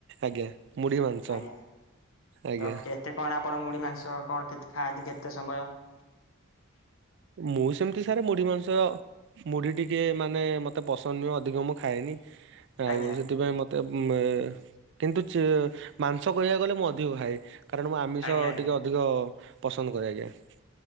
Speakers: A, on the right (about 60°); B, on the left (about 80°).
A: ଆଜ୍ଞା ମୁଢି ମାଂସ
B: ଆଜ୍ଞା
A: ଆଜ୍ଞା
B: ତ କେତେ କଣ ଆପଣ ମୁଢି ମାଂସ କଣ କେତେ ଖାଆନ୍ତି କେତେ ସମୟ
A: ମୁଁ ସେମିତି ସାର୍ ମୁଢି ମାଂସ, ମୁଢି ଟିକେ ମାନେ ମତେ ପସନ୍ଦ ନିହ ଅଧିକ ମୁଁ ଖାଏନି। ଆଉ
B: ଆଜ୍ଞା
A: ସେଥିପାଇଁ ମତେ ଉ କିନ୍ତୁ ଚି ମାଂସ କହିବାକୁ ଗଲେ ମୁଁ ଅଧିକ ଖାଏ କାରଣ ମୁଁ ଆମିଷ
B: ଆଜ୍ଞା ଆଜ୍ଞା
A: ଟିକେ ଅଧିକ ପସନ୍ଦ <unintelligible>